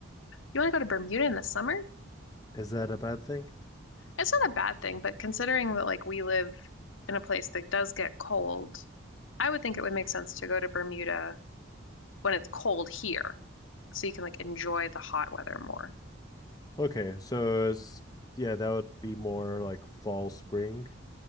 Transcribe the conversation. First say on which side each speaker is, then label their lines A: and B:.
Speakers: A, on the left; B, on the left.
A: You want to go to Bermuda in the summer?
B: Is that a bad thing?
A: It's not a bad thing, but considering that like we live in a place that does get cold, I would think it would make sense to go to Bermuda when it's cold here, so you can like enjoy the hot weather more
B: Okay. So, it's, yeah, that would be more like fall, spring.